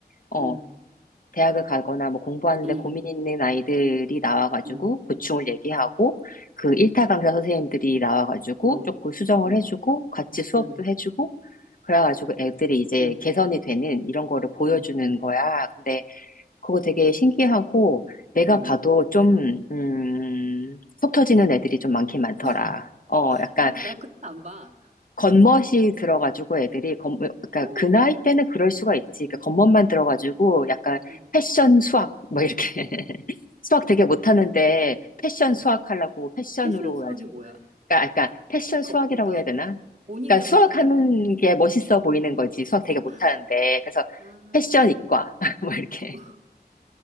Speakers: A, on the left (about 55°); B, on the right (about 45°).
A: 어,
B: 응
A: 대학을 가거나 뭐 공부하는데
B: 응
A: 고민 있는 아이들이 나와가지고
B: 응
A: 고충을 얘기하고 그
B: 응
A: 1타 강사 선생님들이 나와가지고
B: 어,
A: 조금 수정을
B: 응
A: 해주고 같이 수업도
B: 응
A: 해주고 그래가지고 애들이 이제
B: 응
A: 개선이 되는 이런 거를 보여주는
B: 응,
A: 거야. 근데 그거 되게 신기하고 내가
B: 응, 응.
A: 봐도 좀, 음, 속 터지는 애들이 좀 많긴 많더라.
B: <laughs>
A: 어, 약간
B: 나, 나 그래서 안 봐.
A: 겉멋이 들어가지고 애들이 겉, 그러니까
B: 오,
A: 그 나이 때는 그럴 수가 있지. 그러니까 겉멋만
B: 어,
A: 들어가지고 약간
B: 어,
A: 패션 수학 뭐 이렇게 <laughs> 수학 되게 못하는데 패션
B: 어.
A: 수학 하려고 패션으로
B: 패션 수학이
A: 아주
B: 뭐야?
A: 그러니까, 그러니까 패션
B: 거,
A: 수학이라고
B: 그러니까
A: 해야 되나?
B: 본인의
A: 그러니까
B: 뭔가,
A: 수학하는 게 멋있어 보이는 거지. 수학 되게 못하는데
B: 아,
A: 그래서
B: 아,
A: 패션 이과 <laughs> 뭐 이렇게
B: <laughs>